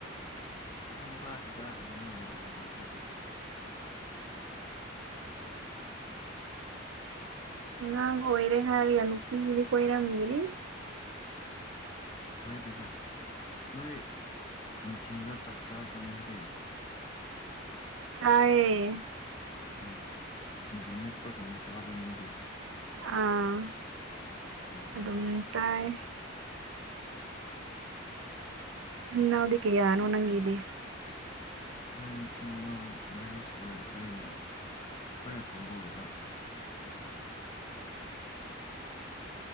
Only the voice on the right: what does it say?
ꯑꯥꯡ ꯑꯣꯏꯔꯦ ꯍꯥꯏꯔꯒ ꯅꯨꯄꯤꯒꯤꯗꯤ ꯀꯣꯏꯔꯝꯒꯤꯗꯤ
ꯇꯌꯦ
ꯑꯥ
ꯑꯗꯨꯝ ꯆꯥꯏ ꯆꯎꯗ ꯀꯦꯌꯥ ꯅ ꯑꯣꯅꯪꯗꯤ